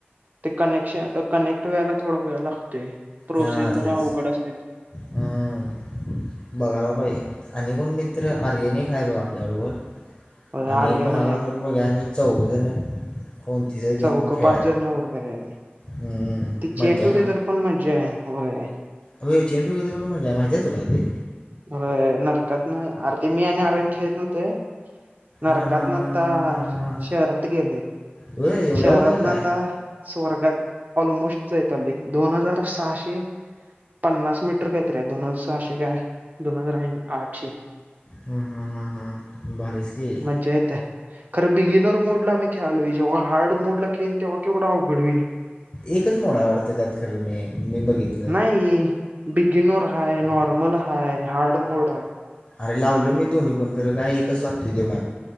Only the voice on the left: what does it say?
हां
तेच.
हम्म. बघायला पाहिजे आणि कोण मित्र,
आर्यन एक हाय बघा आपल्या बरोबर.
आणि
कोणाला
जर बघ्या, आणि चौघजण. कोणतिज गेम
खेळा
हूं
मज्जा
ये ना!
होय चेंडू <unintelligible> मजाय माहितीय तुला आधी.
हां हां हां
हां हां हां
होय एवढा
वर गेला
आहे
हूं हूं हूं हूं भारीच. केली
एकच मोड आहे वाडत त्यात. खर म्या मी. बघितलं
अरे लावलो मी दोन्ही पण खरं काय एकच लागतोय त्यो मॅप.